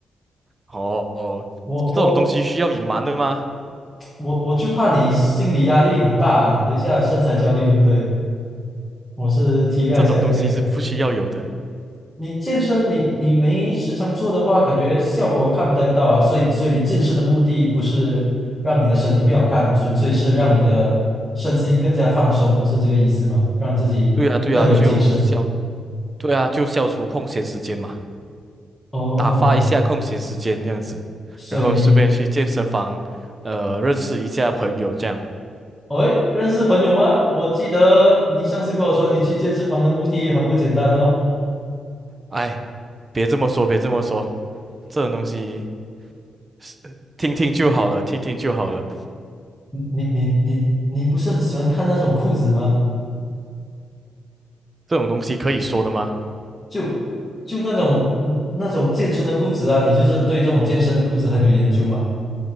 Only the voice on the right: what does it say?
哦哦，
这种东西需要隐瞒的吗？
这种东西是不需要有的。
对啊，对啊，就消，对啊，就消除空闲时间嘛，
打发一下空闲时间这样子，
然后顺便去健身房，呃，认识一下朋友这样。
哎，别这么说，别这么说，这种东西是听听就好了，听听就好了，
这种东西可以说的吗？